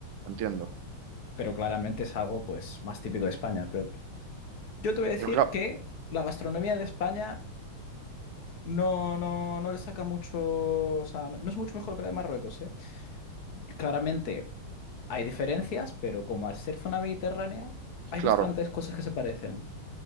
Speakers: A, on the right (about 85°); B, on the left (about 55°).
A: entiendo.
B: Pero claramente es algo pues más típico de España. Pero yo te voy a decir
A: Pero claro,
B: que la gastronomía de España no, no, no le saca mucho, o sea, no, no es mucho mejor que la de Marruecos, ¿eh? Claramente hay diferencias, pero como al ser zona mediterránea, hay
A: claro.
B: bastantes cosas que se parecen.